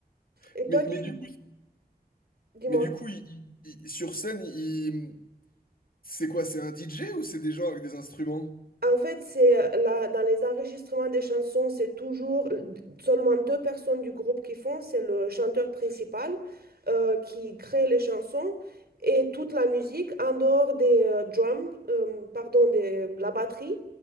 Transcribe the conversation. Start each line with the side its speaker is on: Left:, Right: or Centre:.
Right: et
Left: Mais,
Right: toi, tu...
Left: mais du coup,
Right: Dis-moi.
Left: mais du coup il- il- il- sur scène, il- c'est quoi? C'est un DJ ou c'est des gens avec des instruments?
Right: En fait, c'est là, dans les enregistrements des chansons, c'est toujours seulement deux personnes du groupe qui font. C'est le chanteur principal euh, qui crée les chansons et toute la musique en dehors des euh, drums, euh, pardon, de la batterie,